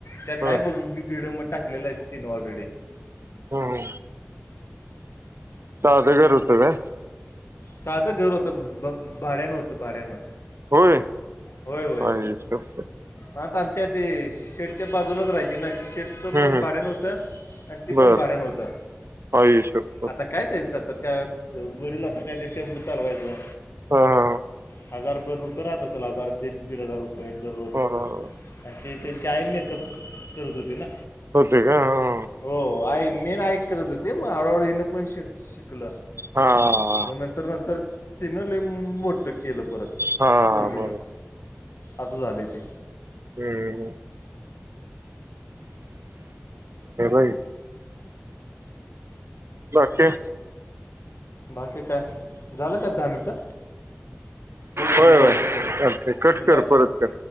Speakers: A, on the left; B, on the right.
A: त्यात
B: नव्हती
A: हय बघ व्हिडिओ मग टाकलेला आहे तिने ऑलरेडी
B: हो हो. ध गरत आहे.
A: साधं घर होतं भाड्यान होतं भाड्यांना
B: होय
A: होय होय.
B: आई शप्पथ
A: मग आता आमच्या ते शेडच्या बाजूलाच राहाय ना शेट. च
B: हम्म
A: पण
B: हम्म
A: भाड्याण होतं आणि ते
B: बर
A: पण भाडण होतं.
B: आई शप्पथ
A: आता काय त्यांचं आता त्या वडील आता काय ते टेम्पू चालवायचा.
B: हा ह.
A: हजारभर रुपये राहत असेल हजारीड दीड हजार रुपये दररोज
B: बरोबर
A: आणि ते त्यांचे आई मेकअप करत होते ना.
B: होते का हा.
A: हो आई मी ना ऐक होत होते मग हळूहळू हनं पण शिक शिकलं.
B: हा.
A: मग नंतर नंतर तिनं ले मोट्टक केलं परत
B: हा
A: पोरगीनं
B: बरोबर
A: असं झालंय ते
B: हम्म अई. बाकीे
A: बाकी काय झालं का दहा मिनटं ब ब
B: होय
A: गुला
B: होय
A: होतो परत
B: चालतंय कट
A: मलावतं
B: कर परत
A: का?
B: कर.